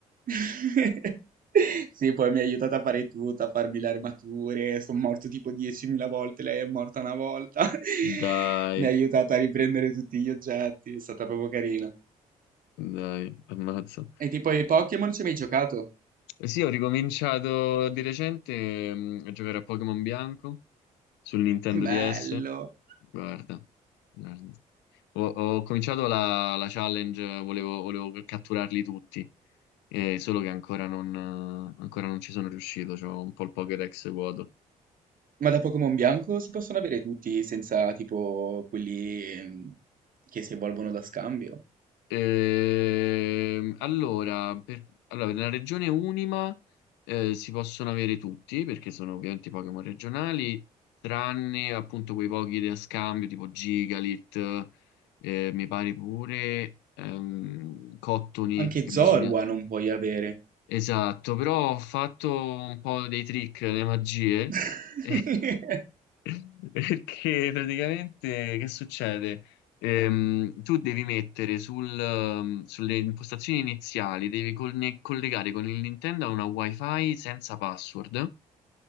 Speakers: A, on the right; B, on the left.
A: <laughs> Sì, poi mi ha aiutato a fare tutto, a farmi le armature, sono morto tipo 10.000 volte, lei è morta una volta. <laughs>
B: Dai,
A: Mi ha aiutato a riprendere tutti gli oggetti, è stata proprio carina.
B: dai, ammazza.
A: E tipo ai Pokémon ci hai mai giocato?
B: Eh Sì, ho ricominciato di recente mm, a giocare a Pokémon Bianco sul Nintendo
A: <laughs> Bello.
B: DS. Guarda, guarda. Ho, ho cominciato la, la challenge, volevo, volevo catturarli tutti, eh, solo che ancora non, eh, ancora non ci sono riuscito, c'ho un po' il Pokédex vuoto.
A: Ma da Pokémon bianco si possono avere tutti senza tipo quelli ehm, che si evolvono da scambio?
B: Ehm, allora, per, allora, per la regione Unima eh, si possono avere tutti, perché sono ovviamente i Pokémon regionali, tranne appunto quei pochi da scambio, tipo Gigalit, eh, mi pare pure ehm, Cottony,
A: Anche
B: che
A: Zorua
B: bisogna...
A: non puoi avere.
B: Esatto, però ho fatto un po' dei trick, delle magie,
A: <laughs>
B: <laughs> <laughs> Perché praticamente che succede? Ehm, tu devi mettere sul, ehm, sulle impostazioni iniziali, devi conne- collegare con il Nintendo a una WiFi senza password